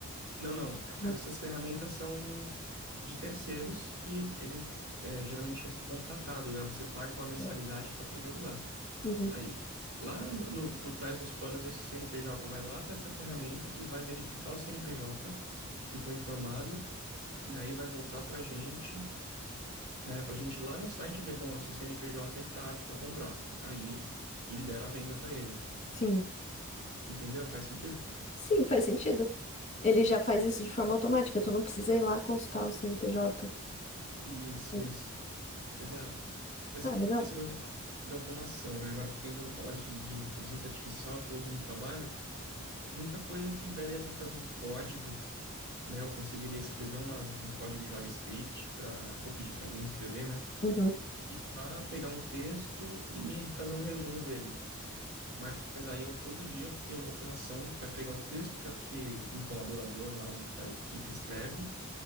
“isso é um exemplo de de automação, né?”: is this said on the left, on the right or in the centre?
Right